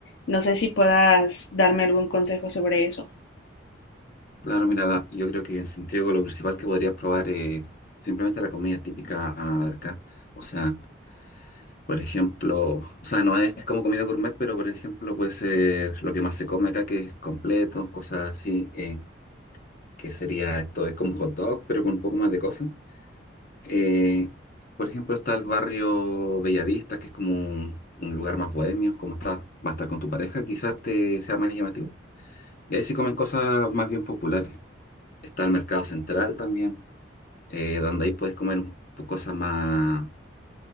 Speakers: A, on the left; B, on the left.
A: no sé si puedas darme algún consejo sobre eso.
B: Claro, mira, la- yo creo que en Santiago lo principal que podrías probar es simplemente la comida típica de acá. O sea, por ejemplo, o sea, no es como comida gourmet, pero por ejemplo puede ser lo que más se come acá, que es completo, cosas así, eh, que sería esto, es como un hot dog, pero con un poco más de cosas. Eh, por ejemplo, está el barrio Bellavista, que es como un, un lugar más bohemio, como está, va a estar con tu pareja, quizás te sea más llamativo. Y ahí se comen cosas más bien populares. Está el mercado central también, eh, donde ahí puedes comer un po- cosas más,